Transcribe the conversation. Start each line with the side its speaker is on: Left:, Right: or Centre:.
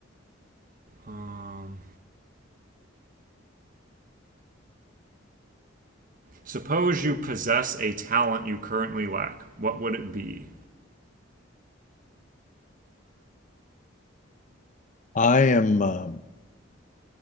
Right: Um, suppose you possess a talent you currently lack. What would it be?
Left: I am um,